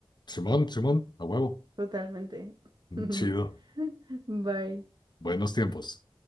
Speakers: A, on the left; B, on the right.
A: Simón, Simón, a huevo.
B: totalmente. <laughs>
A: Chido.
B: Bye.
A: Buenos tiempos.